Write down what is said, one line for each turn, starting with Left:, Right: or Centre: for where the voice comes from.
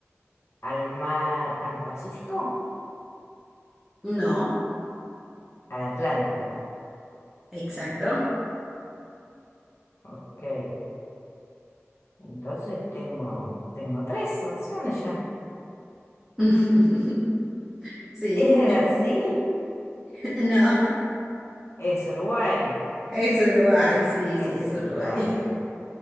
Left: ¿Al mar, al Pacífico?
Centre: No,
Left: Al Atlántico.
Centre: exacto.
Left: Ok. Entonces tengo, tengo tres opciones ya.
Centre: <laughs> Sí,
Left: <laughs> ¿Es Brasil?
Centre: <laughs> no,
Left: ¿Es Uruguay?
Centre: es Uruguay, sí,
Left: Es
Centre: sí, es
Left: Uruguay.
Centre: Uruguay.